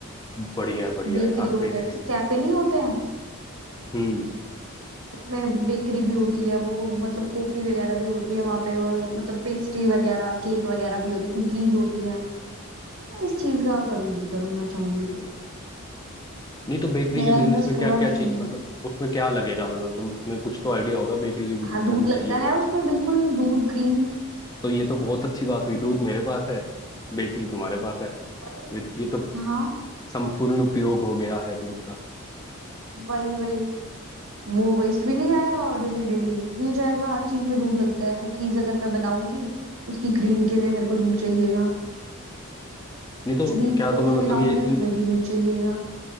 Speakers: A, on the left (about 15°); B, on the right (about 80°).
A: बढ़िया बढ़िया
B: बेकरी
A: यार
B: हो
A: बेकरी
B: गया जैसे कैफे नहीं होते हैं
A: हम्म
B: उसमें बेकरी भी होती है वो मतलब कॉफी वगैरह भी होती है वहां पे और मतलब पेस्ट्री वगैरह केक वगैरह भी होते कुकीज होती हैं मैं इस चीज का करूंगी करूँगा चाहूंगी तो
A: नहीं तो बेकरी
B: मेरा
A: के बिजनेस
B: इंटरेस्ट
A: में क्या
B: थोड़ा
A: क्या
B: उसमें
A: चीज
B: है
A: मतलब उसमें क्या लगेगा मतलब तुम तुम्हें कुछ तो आइडिया होगा बेकरी के बिजनेस
B: हाँ दूध
A: में हमें
B: लगता
A: चाहिए
B: है
A: क्या क्या
B: उसमें बिल्कुल दूध क्रीम
A: तो ये तो बहुत अच्छी बात हुई दूध मेरे पास है बेकरी तुम्हारे पास है
B: वही
A: ये तो
B: हाँ
A: संपूर्ण उपयोग हो गया है दूध का
B: वही वही वो वेस्ट भी नहीं जाएगा और डेली डेली यूज भी हो जाएगा हर चीज में दूध लगता है कुकीज अगर मैं बनाऊंगी उसकी क्रीम के लिए मेरे को दूध चाहिएगा
A: नहीं
B: कुछ
A: तो
B: भी
A: क्या
B: कॉफी
A: तुम्हें मतलब
B: बनाऊंगी
A: ये इन
B: उसमें भी दूध चाहिएगा